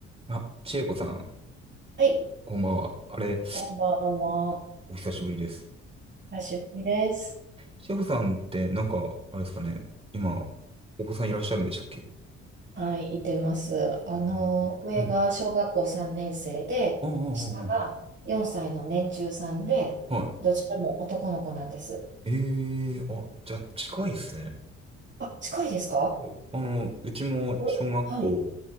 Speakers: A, on the right (about 15°); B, on the right (about 30°).
A: あ、千恵子さん、
B: はい、
A: こんばんは。あれ、
B: こんばんは。
A: お久しぶりです。
B: 久しぶりです。
A: 千恵子さんって、なんか、あれですかね、今、お子さんいらっしゃるんでしたっけ
B: はい、いてます。あの、
A: ええうん。
B: 上が小学校3年生で、
A: ああ、あ
B: 下が4歳の年中さんで、
A: あ、ああは
B: どちらも男の子なんです。
A: い。ええあ、じゃあ、近いっすね。
B: あ、近いですか
A: うあの、うちも小学校、
B: おはい、